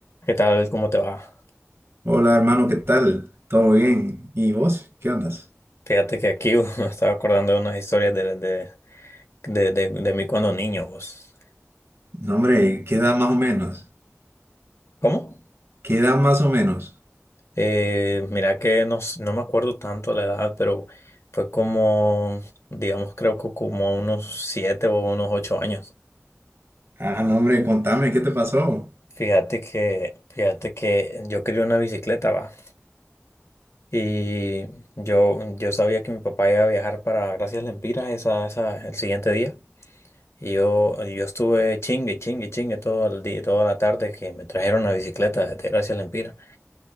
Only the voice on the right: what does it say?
Hola hermano, ¿qué tal? ¿Todo bien? ¿Y vos? ¿Qué andas?
No, hombre, ¿qué edad más o menos?
¿Qué edad más o menos?
Ah, no, hombre, contame, ¿qué te pasó?